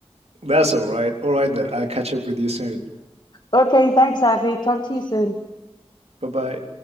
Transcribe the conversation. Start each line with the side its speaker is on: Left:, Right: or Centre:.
Right: That's all right. All right then. I'll catch up with you soon.
Left: Okay, thanks, Avi. Talk to you soon.
Right: Bye bye.